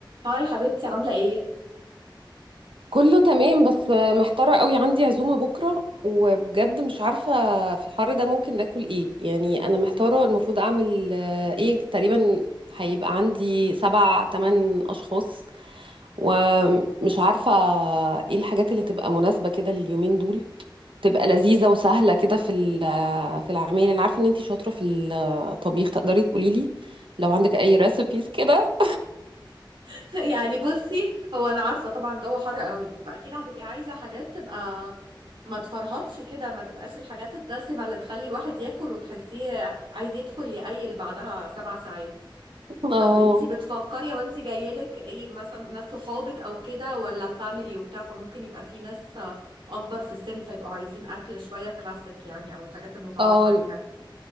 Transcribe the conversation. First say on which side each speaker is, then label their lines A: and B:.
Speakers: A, on the right; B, on the right.
A: هاي حبيبتي عاملة ايه؟
B: كله تمام بس محتارة قوي عندي عزومة بكرة وبجد مش عارفة في الحر ده ممكن ناكل ايه يعني انا محتارة المفروض اعمل آه، ايه تقريبا هيبقى عندي سبع تمن اشخاص ومش عارفة ايه الحاجات اللي تبقى مناسبة كده لليومين دول تبقى لذيذة وسهلة كده في ال- آه، في العمايل انا عارفة ان انتي شاطرة في الطبيخ تقدري تقولي لي لو عندك اي ريسبيز كده
A: <laughs> يعني بصي هو انا عارفة طبعا جو حر قوي فاكيد هتبقي عايزة حاجات تبقى ما تفرهطش كده ما تبقاش الحاجات الدسمة اللي تخلي الواحد ياكل وتحسيه عايز يدخل يقيل بعدها سبع ساعات
B: اه
A: طب انتي بتفكري هو انتي جايلك ايه مثلا ناس صحابك او كده ولا فاميلي وبتاع فممكن يبقى في ناس اكبر في السن فيبقوا عايزين اكل شوية كلاسيك يعني او الحاجات المتعارف
B: اه
A: عليها